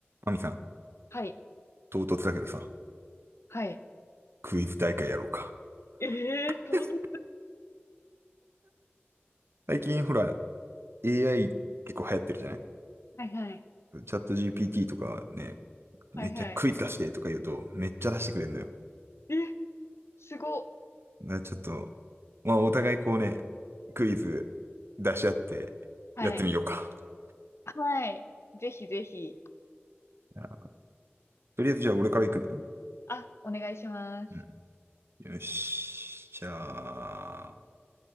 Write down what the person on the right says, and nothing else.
アミさん、
唐突だけどさ、
クイズ大会やろうか。
<laughs> 最近ほら、AI 結構流行ってるじゃない
チャット GPT とかね、めっちゃクイズ出してとか言うと、
めっちゃ出してくれるのよ。
だからちょっと、まあお互いこうね、クイズ出し合ってやってみようか。
じゃあとりあえずじゃあ俺から行くね。
うん。よし。じゃあ、